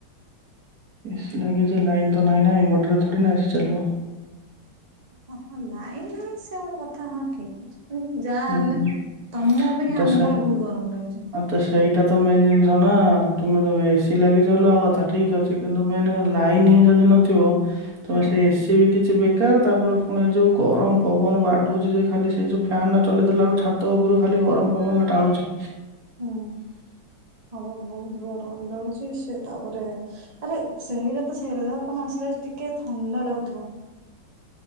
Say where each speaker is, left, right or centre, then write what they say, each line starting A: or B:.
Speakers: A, on the right; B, on the right.
A: ଏସି ଲାଗିଛି ଯେ ଲାଇନ ତ ନାହିଁ ନା ଇନଭର୍ଟର ରେ ଥୋଡ଼ି ନା ଏସି ଚାଲିବ।
B: ହ ହଁ ଲାଇନ୍ ନାହିଁ ସେ ଗୋଟ କଥା ହଁ ଠିକ୍ ଅଛି। ଯାହାହେଲେ
A: ହୁଁ
B: ତମ ଅପକ୍ଷା
A: ତ
B: ଆମର
A: ସେ
B: ବହୁତ ଗରମ ଲାଗୁଛି।
A: ଆଉ ତ ସେଇଟା ତ ମେନ୍ ଜିନିଷ ନା ତୁମେ ଦେ ଏସି ଲାଗିଛି ଅଲଗା କଥା ଠିକ ଅଛି କିନ୍ତୁ ମେନ କଣ ଲାଇନ ହିଁ ଯଦି ନଥିବ ତମେ
B: ହୁଁ
A: ସେ ଏସିି ବି କିଛି ବି ତାର ତାପରେ ପୁଣି ଏ ଯୋଉ ଗରମ ପବନ ବାଡଉଛି ଯେ ଖାଲି ସେଇ ଯୋଉ ଫ୍ୟାନ୍ ଚଲାଇଦେଲା ବେଳକୁ ଛାତ ଉପରୁ ଖାଲି ଗରମ ପବନଗୁଡା ଟାଣୁଛି।
B: ହୁଁ, ହଁପା ବହୁତ ଗରମ ଲାଗୁଛି ସେ ତାପରେ ଆରେ ସେଇଟା ତ ସେଇଟା ଯା ତମେ ଆସିଲାବେଳକୁ ଟିକେ ଥଣ୍ଡା ଲାଗୁଥିବ,।